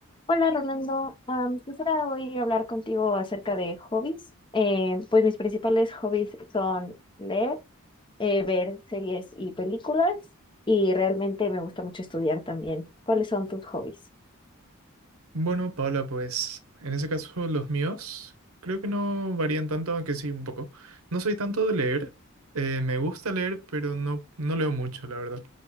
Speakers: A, on the left; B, on the right.
A: Hola Rolando, Am, quisiera hoy hablar contigo acerca de hobbies. Eh, pues mis principales hobbies son leer, eh, ver series y películas y realmente me gusta mucho estudiar también. ¿Cuáles son tus hobbies?
B: Bueno, Paula, pues en ese caso los míos creo que no varían tanto, aunque sí un poco. No soy tanto de leer, eh, me gusta leer, pero no, no leo mucho, la verdad.